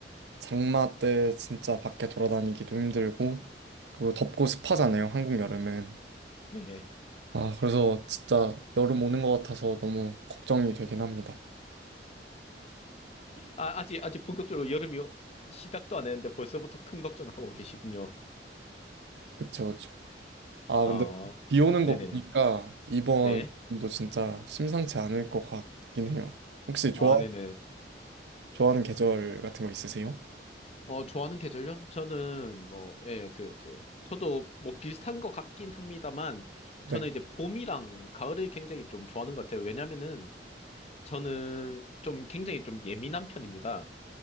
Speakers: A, on the right; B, on the left.
A: 장마 때 진짜 밖에 돌아다니기도 힘들고, 그리고 덥고 습하잖아요, 한국 여름은.
B: 네.
A: 아, 그래서 진짜 여름 오는 것 같아서 너무 걱정이 되긴 합니다.
B: 아, 아직 아직 본격적으로 여름이 오- 시작도 안 했는데 벌써부터 큰 걱정하고 계시군요.
A: 그쵸, 그쵸. 아,
B: 아,
A: 근데 비 오는
B: 네네네.
A: 거 보니까 이번
B: 네.
A: 도 진짜 심상치 않을 것 같긴 해요. 혹시 좋아,
B: 아, 네네.
A: 좋아하는 계절 같은 거 있으세요?
B: 어, 좋아하는 계절요? 저는 뭐, 예, 그 이제 저도 뭐 비슷한 것 같긴 합니다만
A: 네.
B: 저는 이제 봄이랑 가을을 굉장히 좀 좋아하는 것 같아요. 왜냐면은 저는 좀 굉장히 좀 예민한 편입니다.